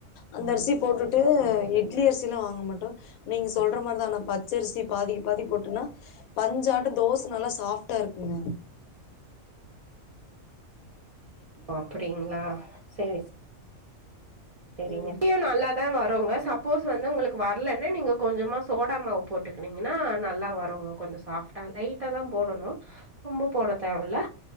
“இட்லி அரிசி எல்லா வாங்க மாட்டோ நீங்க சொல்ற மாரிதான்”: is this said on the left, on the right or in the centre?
Left